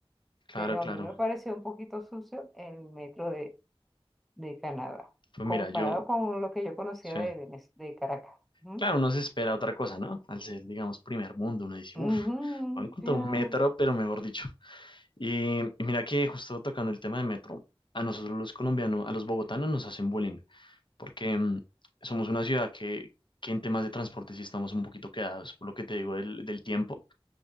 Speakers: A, on the left; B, in the centre.
A: claro,
B: pero
A: claro.
B: a mí me pareció un poquito sucio el metro de, de Canadá,
A: Pues
B: comparado
A: mira, yo,
B: con lo que yo conocía
A: sí.
B: de, Venez- de Caracas. Ujú.
A: Claro, uno se espera otra cosa, ¿no? Al ser, digamos, primer mundo, uno dice,
B: Ujú,
A: uff, van a encontrar
B: claro.
A: un metro, pero mejor dicho. Y, y mira que justo tocando el tema de metro, a nosotros los colombianos, a los bogotanos nos hacen bullying, porque mm, somos una ciudad que, que en temas de transporte sí estamos un poquito quedados, por lo que te digo del, del tiempo,